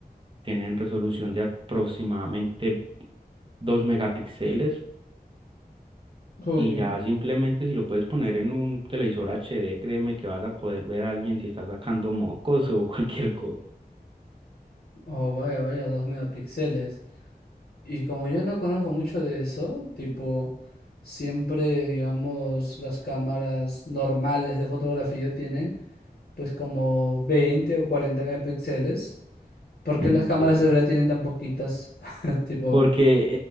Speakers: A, on the right; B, on the left.
A: tienen resolución de aproximadamente 2 megapíxeles.
B: Uy,
A: Y ya simplemente si lo puedes poner en un televisor HD, créeme que vas a poder ver a alguien si está sacando mocos <laughs> o cualquier cosa.
B: oh, vaya, vaya, dos megapíxeles. Y como yo no conozco mucho de eso, tipo, siempre, digamos, las cámaras normales de fotografía tienen, pues, como 20 o 40 megapíxeles. ¿Por qué
A: <laughs>
B: las cámaras
A: Sí.
B: de seguridad tienen tan poquitas? <laughs> Tipo,
A: Porque